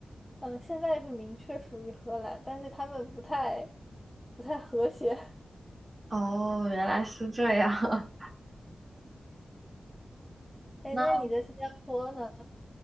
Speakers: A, in the centre; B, on the right.
A: 嗯、现在是明确属于荷兰，但是他们不太不太和谐。<laughs>
B: 哦，原来是这样。<laughs>
A: 哎，
B: 那
A: 那你在新加坡呢？